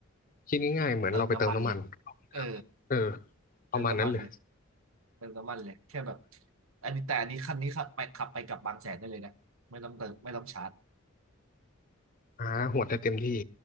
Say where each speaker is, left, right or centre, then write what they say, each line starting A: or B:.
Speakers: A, on the left; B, on the right.
A: คิดง่ายๆเหมือนเราไปเติมน้ำมัน
B: เติมน้ำมันเลยเออ
A: เออ
B: เติมน้ำมันเลย
A: ประมาณนั้นเลย
B: เติมน้ำมันเลยแค่แบบอันนี้แต่อันนี้คันนี้ขับไปขับไปกลับบางแสนได้เลยนะไม่ต้องเติมไม่ต้องชาร์จ
A: อ่าหวดได้เต็มที่